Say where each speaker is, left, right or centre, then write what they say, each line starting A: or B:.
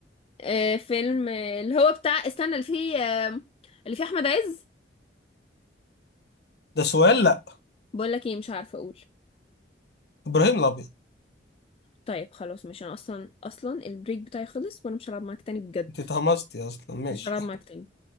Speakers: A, on the left (about 30°); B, on the left (about 60°).
A: آه، فيلم آه، اللي هو بتاع استنى اللي فيه آه، اللي فيه احمد عز
B: ده سؤال لا
A: بقول لك ايه مش عارفه اقول
B: ابراهيم الابيض
A: طيب خلاص مش انا اصلا اصلا البريك بتاعي خلص وانا مش هلعب معاك تاني بجد
B: انت اتهمستي اصلا ماشي
A: مش هلعب معاك تاني